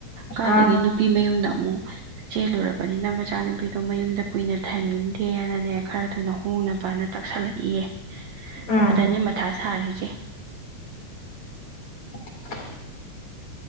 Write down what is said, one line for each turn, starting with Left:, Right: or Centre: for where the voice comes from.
Right: ꯀꯥꯏꯗꯒꯤ
Left: ꯑꯥ
Right: ꯅꯨꯄꯤ ꯃꯌꯨꯝꯗ ꯑꯃꯨꯛ ꯆꯦꯜꯂꯨꯔꯕꯅꯤꯅ ꯃꯆꯥꯅꯨꯄꯤꯗꯣ ꯃꯌꯨꯝꯗ ꯀꯨꯏꯅ ꯊꯝꯅꯤꯡꯗꯦꯅꯅꯦ ꯈꯔ ꯊꯨꯅ ꯍꯣꯡꯅꯕꯅ ꯇꯥꯛꯁꯜꯂꯛꯏꯌꯦ
Left: ꯎꯝ
Right: ꯑꯗꯅꯤ ꯃꯊꯥ ꯁꯥꯔꯤꯁꯦ
Left: <inaudible>